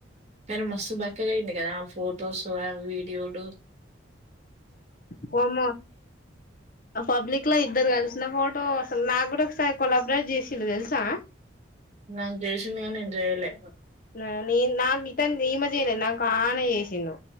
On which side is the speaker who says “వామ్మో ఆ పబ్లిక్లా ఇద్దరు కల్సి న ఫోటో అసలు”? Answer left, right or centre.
Left